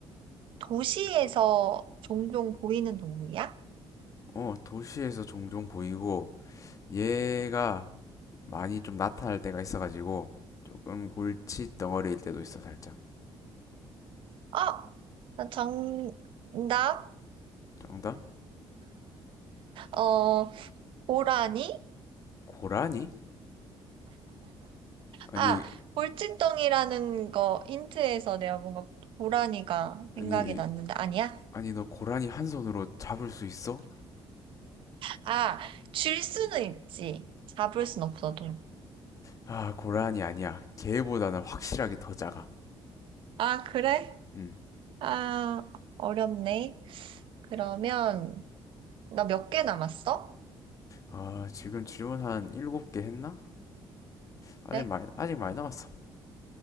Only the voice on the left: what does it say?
어, 도시에서 종종 보이고 얘가 많이 좀 나타날 때가 있어가지고 조금 골치 덩어리일 때도 있어 살짝.
정답?
고라니? 아니,
아니,
아니 너 고라니 한 손으로 잡을 수 있어?
아, 고라니 아니야. 걔보다는 확실하게 더 작아.
음.
아, 지금 질문 한 일곱 개 했나? 아직
많이, 아직 많이 남았어.